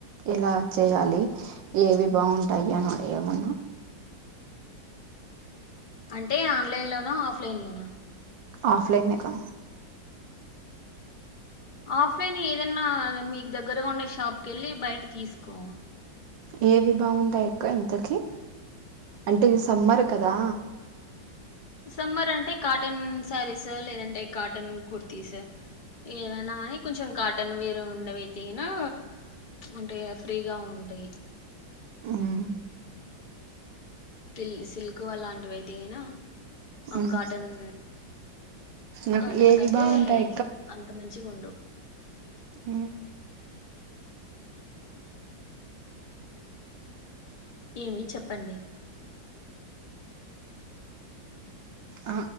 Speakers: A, on the right; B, on the left.
A: ఎలా చేయాలి ఏవి బాగుంటాయి అని ఏమన్నా
B: అంటే ఆన్లైన్ లోనా హఫ్ లైన్ లోనా
A: ఆఫ్లైనేకా
B: ఆఫ్లైన్ ఏదన్నా మీక్ దగ్ గరగా ఉన్న షాప్కెళ్ళి బయట్ తీస్కో
A: ఏవి బాగుంటాయ్ అక్క ఇంతకి అంటే ఇది సమ్మర్ కదా
B: సమ్మర్ అంటే కాటన్ శారీస్ లేదంటె కాటన్ కుర్తీస్ ఏవనాని కొంచెం కాటన్ వేర్ ఉండవి ఐతేనా అంటే ఫ్రీగా ఉంటయ్
A: ఉమ్
B: ల్ సిల్క్ వళంటివి ఐతే ఐనా అ
A: ఉమ్
B: కాటన్
A: నాకు
B: కాటన్
A: ఏవి
B: కంటే
A: బాగుంటాయి
B: అంత మంచిగుండవ్
A: ఉ
B: ఏమి చెప్పండి
A: అ